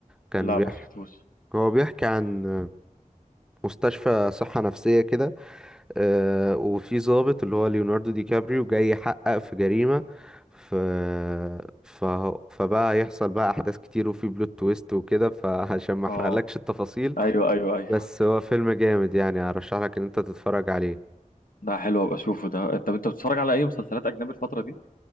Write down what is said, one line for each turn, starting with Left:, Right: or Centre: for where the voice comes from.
Centre: كان
Left: لا
Centre: بيحكي
Left: ما شفتوش
Centre: هو بيحكي عن آه، مستشفى صحة نفسية كده آه، وفي ضابط اللي هو ليوناردو دي كابريو جاي يحقق في جريمة ف... ف... فبقى هيحصل بقى أحداث كتير وفي بلوت تويست وكده فعشان ما أحرقلكش
Left: اه
Centre: التفاصيل
Left: ايوه ايوه ايوه
Centre: بس هو فيلم جامد يعني أرشح لك إن أنت تتفرج عليه
Left: ده حلو ابقى اشوفه ده طب انت بتتفرج على اي مسلسلات اجنبي الفتره دي